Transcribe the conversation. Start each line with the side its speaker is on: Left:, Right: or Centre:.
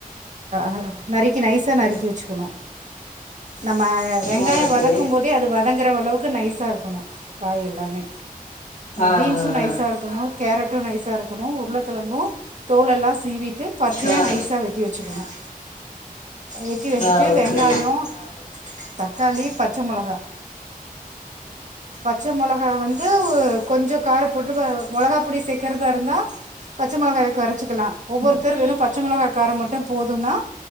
Right: ஹ நறுக்கி நைஸா நறுக்கி
Left: ஆ
Right: வச்சுக்கணும் நம்ம வெங்காயம்
Left: ஆ ஓகே
Right: வதக்கும் போதே அது வதங் இருக்கிற அளவுக்கு நைஸா இருக்கணும் காய் எல்லாமே
Left: ஆ
Right: பீன்ஸும்
Left: ஆ
Right: நைஸா இருக்கணும் கேரட் ட்டும் நைஸ்சா இருக்கணும் உருளக்கெழங்கும் தோலெல்லாம் சீவிட்டு பச்சையா
Left: ஆ ஆ
Right: நைஸா வெட்டி வச்சுக்கணும் வெட்டி வச்சிட்டு
Left: ஆ ஓகே
Right: வெங்காயம் தக் களி பச்ச மிளகா பச்ச மிளகா வந்து கொஞ்சம் கார போட்டு மிளகாப்ப பொடி சேர்க்கிறதா இருந்தா பச்ச மிளகாய குரைச்சுக்கலாம் ஒவ்வொருத்தரும்
Left: ம்
Right: வெறும் பச்ச மிளகா காரம் மட்டும் போதும்ன்னா